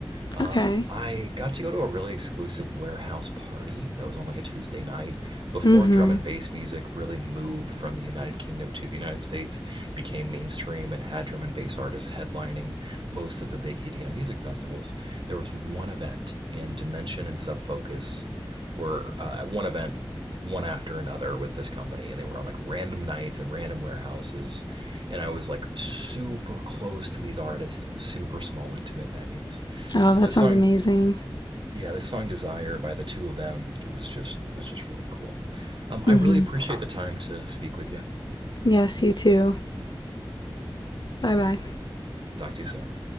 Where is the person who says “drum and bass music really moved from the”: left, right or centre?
Right